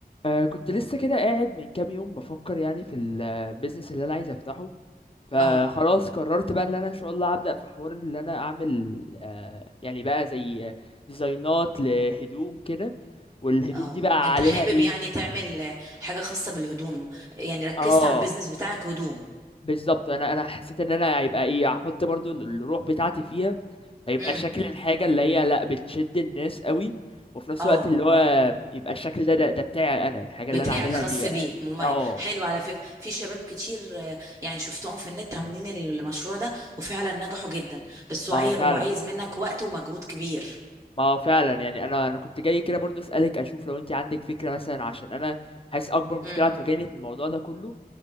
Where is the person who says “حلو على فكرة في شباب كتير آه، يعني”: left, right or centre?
Right